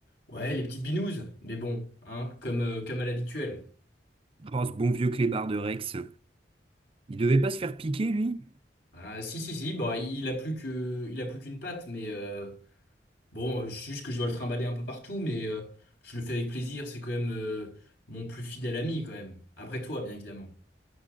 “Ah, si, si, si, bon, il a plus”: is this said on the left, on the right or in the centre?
Left